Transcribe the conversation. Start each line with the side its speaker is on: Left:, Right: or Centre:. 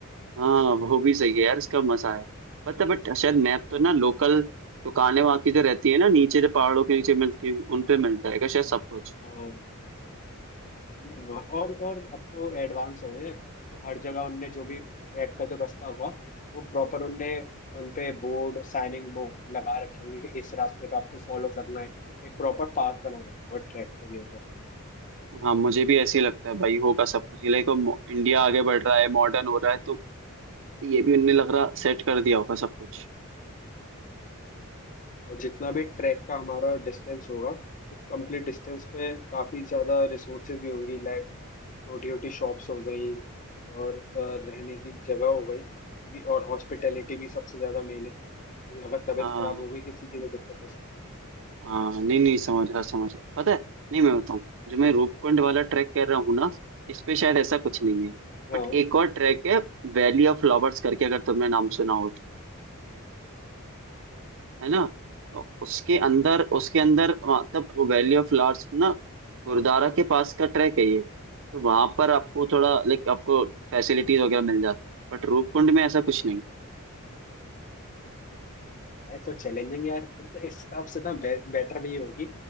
Right: हाँ वो भी सही है यार इसका मजा है पता बट शायद मैप तो ना लोकल दुकानें वहाँ की जो रहती है ना नीचे जो पहाड़ों के नीचे मिलती है उन पे मिलता है क्या शायद सब कुछ
Left: हाँ हम्म, और और अब तो एडवांस हो गए हैं तो हर जगह उनने जो भी ट्रैक का जो रास्ता होगा वो प्रॉपर उनने उनपे बोर्ड साइनिंग बोर्ड लगा रखे होंगे कि इस रास्ते पे आपको फॉलो करना है एक प्रॉपर पाथ बना रखा होगा ट्रैक के लिए तो फिर
Right: हाँ मुझे भी ऐसे ही लगता है भाई होगा सब कुछ लाइक इंडिया आगे बढ़ रहा है मॉडर्न हो रहा है तो ये भी उनने लग रहा सेट कर दिया होगा सब कुछ
Left: और जितना भी ट्रैक का हमारा डिस्टेंस होगा उस कंप्लीट डिस्टेंस पे काफी ज्यादा रिसोर्सेज भी होंगी लाइक छोटी छोटी शॉप्स हो गई और अ, रहने की जगह हो गई क्योंकि और हॉस्पिटैलिटी भी सबसे ज्यादा मेन है क्योंकि अगर तबीयत
Right: हाँ
Left: खराब हो गई किसी की तो दिक्कत हो सकती है
Right: हाँ नहीं नहीं समझ रहा समझ रहा पता है नहीं मैं बताऊँ जो मैं रूपकुंड वाला ट्रैक कर रहा हूँ ना इस पे शायद ऐसा कुछ नहीं है
Left: हाँ
Right: बट एक और ट्रैक है वैली ऑफ फ्लावर्स करके अगर तुमने नाम सुना हो तो। है ना तो उसके अंदर उसके अंदर मतलब वैली ऑफ फ्लावर्स ना गुरुद्वारा के पास का ट्रैक है ये तो वहां पर आपको थोड़ा लाइक आपको फैसिलिटीज वगैरह मिल जाती है, बट रूपकुंड में ऐसा कुछ नहीं
Left: है तो चैलेंजिंग यार फिर तो इस हिसाब से ना बे, बेटर भी होगी